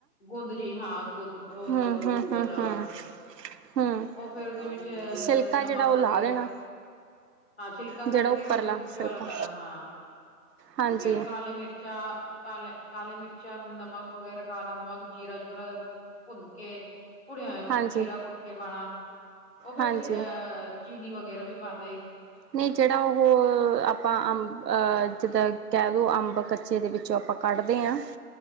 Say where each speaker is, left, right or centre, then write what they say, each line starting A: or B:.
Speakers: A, on the left; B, on the right.
A: ਗੁੰਦ ਜੀ ਹਾਂ ਗੁਦ ਓ
B: ਹਮ
A: ਜ ਓ
B: ਹਮ
A: ਕੁੱਤਾ
B: ਹਮ
A: ਜਾ
B: ਹਮ
A: ਕੱਢਦੇ
B: ਹਮ
A: ਓ ਫਿਰ ਓਦੇ ਵਿੱਚ
B: ਸਿਲਕਾ
A: ਨਮਕ
B: ਜਿਹੜਾ ਉਹ
A: ਵਗੈਰਾ
B: ਲਾ ਦੇਣਾ
A: ਹਾਂ ਛਿਲਕਾ
B: ਜਿਹੜਾ
A: ਕੱਢ
B: ਉੱਪਰਲਾ
A: ਕੇ ਓਦੇ ਵਿੱਚ
B: ਸਿਲਕਾ
A: ਵਾਲਾ ਸਾਰਾ ਹਾਂ।
B: ਹਾਂਜੀ
A: ਫੇਰ ਕਾਲੇ ਮਿਰਚਾਂ ਕਾਲੇ ਕਾਲੇ ਮਿਰਚਾਂ ਨਮਕ ਵਗੈਰਾ। ਕਾਲਾ ਨਮਕ ਜੀਰਾ ਜੂਰਾ ਭੁਨਕੇ ਪੁੜੀਆਂ ਜ
B: ਹਾਂਜੀ
A: ਜੀਰਾ ਕੁੱਟ ਕੇ ਪਾਣਾ ਉਹ ਫੇਰ
B: ਹਾਂਜੀ
A: ਅਅ ਚੀਨੀ ਵਗ ਗੇਰ ਵੀ ਪਾਣਦੇ।
B: ਨਈ ਜੇੜਾ ਉਹਹ ਅ ਆਪਾਂ ਅੰਬਅ ਜਿੱਦਾਂ ਕਹ ਲੋ ਅੰਬ ਕੱਚੇ ਦੇ ਵਿੱਚੋਂ ਆਪਾਂ ਕੱਢਦੇ ਆ।